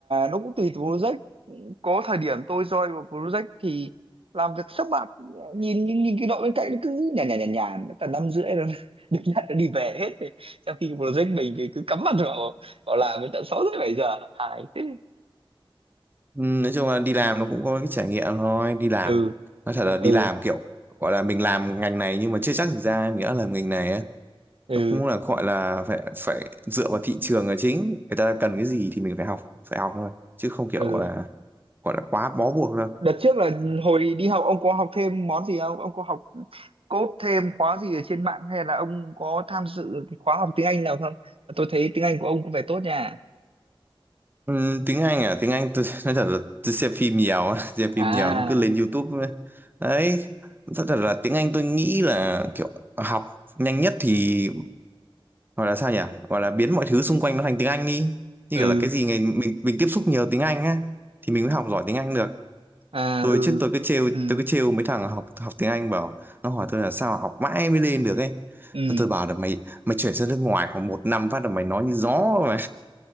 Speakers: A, on the right (about 75°); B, on the right (about 20°).
A: nó cũng tùy từ project có thời điểm tôi join vào project thì làm việc sắp mặt nhìn nhìn, nhìn cái đội bên cạnh nó cứ nhàn nhàn nhàn nhàn tầm năm rưỡi rồi <laughs> được nhận nó đi về hết rồi trong khi cái project mình thì cứ cắm mặt vào vào làm đến tận sáu rưỡi bảy giờ hài thế
B: Ừ, nói chung là đi làm nó cũng có cái trải nghiệm thôi. Đi làm,
A: ừ
B: nói thật là đi
A: ừ
B: làm kiểu gọi là mình làm ngành này nhưng mà chưa chắc thực ra mình đã làm ngành này á
A: ừ
B: cũng là gọi là phải phải dựa vào thị trường là chính người ta cần cái gì thì mình phải học phải học thôi chứ không kiểu
A: ừ
B: là gọi là quá bó buộc đâu
A: đợt trước là hồi đi học ông có học thêm món gì không ông có học code thêm khóa gì ở trên mạng hay là ông có tham dự cái khóa học tiếng Anh nào không tôi thấy tiếng Anh của ông có vẻ tốt nha
B: Ừm, tiếng Anh à tiếng Anh tôi <laughs> nói thật là tôi xem phim nhiều á, <laughs> xem phim
A: à
B: nhiều nó cứ lên YouTube ấy. đấy thật thật là tiếng Anh tôi nghĩ là kiểu học nhanh nhất thì gọi là sao nhỉ gọi là biến mọi thứ xung quanh nó thành tiếng Anh đi như
A: ừ
B: kiểu là cái gì ngày mình mình tiếp xúc nhiều tiếng Anh á thì mình mới học giỏi tiếng Anh được
A: à
B: tôi
A: ừ
B: trước tôi cứ trêu
A: ừ
B: tôi cứ trêu mấy thằng học học tiếng Anh bảo nó hỏi tôi là sao mà học mãi mới lên được ấy
A: ừ
B: tôi, tôi bảo là mày mày chuyển sang nước ngoài khoảng một năm phát là mày nói như gió mà